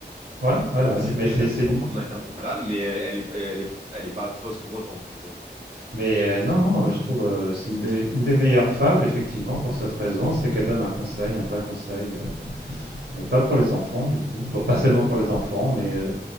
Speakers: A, on the right; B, on the right.
A: Ouais, ouais,
B: qu'on
A: ouais.
B: dirait
A: Mais c'est, c'est, une-
B: de manière générale, mais elle est, elle est, elle est pas fausse pour autant, je trouve.
A: mais euh, non, non, je trouve euh, c'est une des, une des meilleures fables effectivement pour cette raison, c'est qu'elle donne un conseil, un vrai conseil, euh, euh, pas pour les enfants du coup, Bon, pas seulement pour les enfants, mais euh,